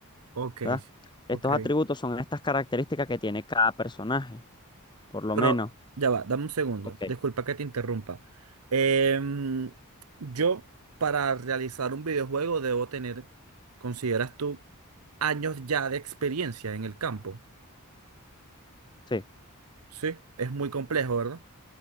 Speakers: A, on the right; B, on the left.
A: ok,
B: ¿verdad? Estos
A: ok.
B: atributos son estas características que tiene cada personaje, por lo
A: Pero
B: menos.
A: ya va, dame un segundo.
B: Ok.
A: Disculpa que te interrumpa. Em, yo, para realizar un videojuego, debo tener, ¿consideras tú, años ya de experiencia en el campo?
B: Sí.
A: Sí, es muy complejo, ¿verdad?